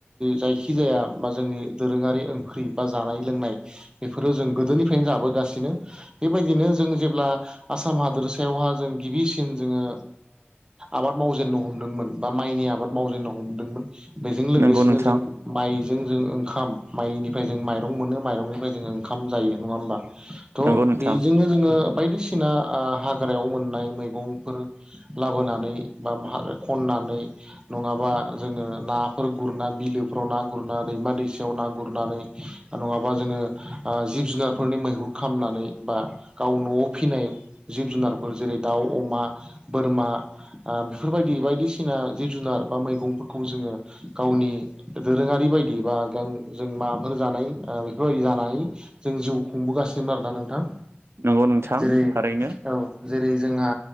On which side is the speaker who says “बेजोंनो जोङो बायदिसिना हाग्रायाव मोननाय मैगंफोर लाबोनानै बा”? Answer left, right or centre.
Right